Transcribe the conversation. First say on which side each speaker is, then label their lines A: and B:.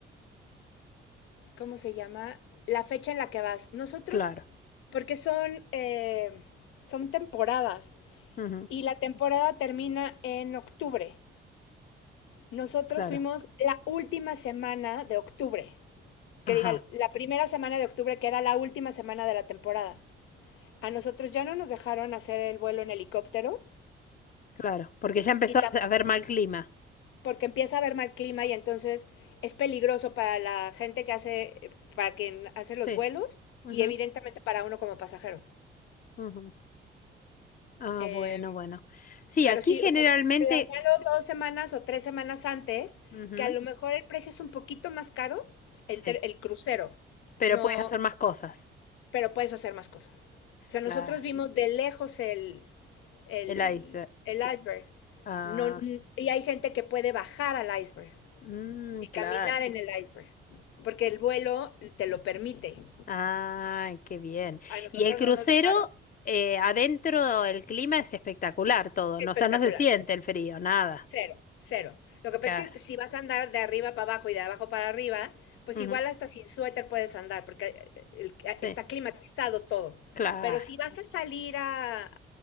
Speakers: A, on the left; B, on the left.
A: ¿cómo se llama? La fecha en la que vas. Nosotros,
B: claro.
A: porque son, eh, son temporadas
B: ujú,
A: y la temporada termina en octubre. Nosotros
B: claro.
A: fuimos la última semana de octubre, que
B: Ajá,
A: diga, la primera semana de octubre, que era la última semana de la temporada. A nosotros ya no nos dejaron hacer el vuelo en helicóptero
B: claro. Porque ya empezó
A: y
B: a haber mal clima.
A: porque empieza a haber mal clima y entonces es peligroso para la gente que hace, para quien hace los
B: Sí.
A: vuelos
B: ujú,
A: y evidentemente para uno como pasajero.
B: ujú. Ah,
A: Eh,
B: bueno, bueno. Sí,
A: pero
B: aquí
A: sí,
B: generalmente.
A: o sea, planealo dos semanas o tres semanas antes,
B: ujú,
A: que a lo mejor el precio es un poquito más caro
B: sí.
A: entre el crucero,
B: Pero
A: no,
B: puedes hacer más cosas.
A: pero puedes hacer más cosas. O sea,
B: Claro.
A: nosotros vimos de lejos el, el,
B: El iceberg.
A: el iceberg.
B: Ah.
A: No, y hay gente que puede bajar al iceberg.
B: Mm,
A: y caminar
B: claro.
A: en el iceberg, porque el vuelo te lo permite.
B: Ay, qué bien.
A: A nosotros
B: Y el crucero,
A: no nos dejaron.
B: eh, adentro el clima es espectacular todo,
A: Espectacular.
B: ¿no? O sea, no se siente el frío, nada.
A: Cero, cero. Lo que pasa
B: Claro.
A: es que si vas a andar de arriba para abajo y de abajo para arriba, pues
B: Ujú.
A: igual hasta sin suéter puedes andar, porque eh, el- eh,
B: Sí,
A: está climatizado todo.
B: claro.
A: Pero si vas a salir a,